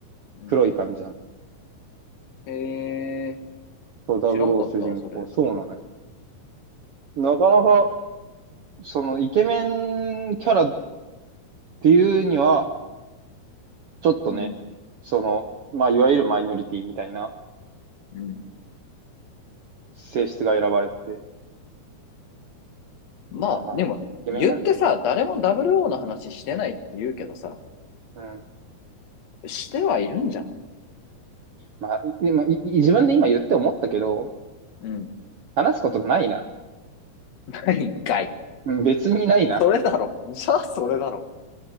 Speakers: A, on the left (about 50°); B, on the right (about 85°).
A: うん。
B: 黒い感じなの。
A: へえ、
B: そう、00主人公。
A: 知らんかった、それ。
B: そうなのよ。なかなか、その、イケメンキャラっていうには、ちょっとね、
A: うん、
B: その、まあ、いわゆるマイノリティみたいな
A: うん。
B: 性質が選ばれてて、
A: まあ、
B: まあまあ、
A: でも、
B: イケメンなんですけども。
A: 言ってさ、誰も WO の話してないって言うけどさ、
B: うん。
A: してはいるんじゃない
B: まあ、いでも、いい自分で今言って思ったけど、
A: うん。
B: 話すことないな。
A: <laughs> ないんかい。
B: うん、別にないな。
A: それだろ。じゃあ、それだろ。